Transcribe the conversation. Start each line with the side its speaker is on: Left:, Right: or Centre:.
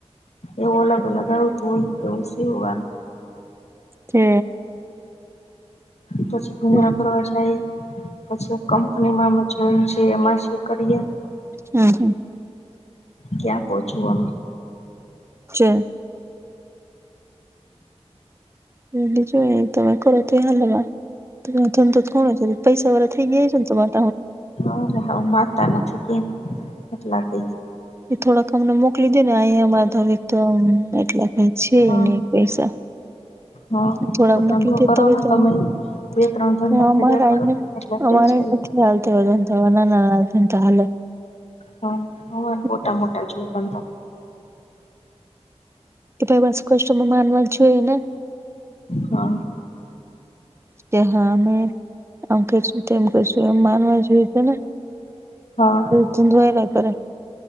Left: એવું અલગ અલગ આવતું હોય એવું સીવાનું
Right: તે
Left: પછી
Right: હમ
Left: <unintelligible> ફરવા જઉ પછી કંપનીમાં મે જોઈ છીએ એમાં શી કરીએ
Right: હમમ હમમ.
Left: ક્યાં પહોંચું આમ.
Right: છે. બીજું તમે કરો તો હાલ જેવ ધંધો જ કોણ પૈસા વર થઈ ગિયા છે ને તમાર
Left: અરે હું માનતા નથી કેમ એટલા કહી
Right: એ થોડાક અમને મોકલી દે ને અહીયા અમારા તોમ એટલા ક છેને
Left: ગયા
Right: પૈસા
Left: હ હ
Right: થોડાક
Left: તો
Right: મોકલી
Left: ધંધો
Right: દેતા
Left: કરો
Right: હો
Left: ને
Right: તમે
Left: તમે બે ત્રણ ધંધા
Right: અમારા
Left: ભેગા કરો એટલે થઈ
Right: અમારા
Left: જાય
Right: નથી ચાલ તો ના ના ના તો હાલે
Left: હ હ
Right: એ
Left: મોટા મોટા જી ત તો
Right: કે ભાઈ બસ કષ્ટમાં માનવા છઈએ ને
Left: હા
Right: કે હા અમે આમ કેશું કરશું એમ માનવા જોઈએ તો ને
Left: હા
Right: ત ધયલા સર